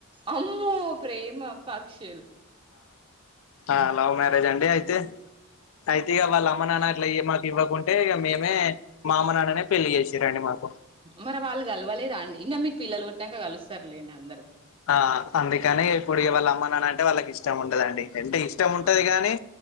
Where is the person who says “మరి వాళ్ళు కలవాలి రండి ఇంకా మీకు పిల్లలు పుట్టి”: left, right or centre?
Right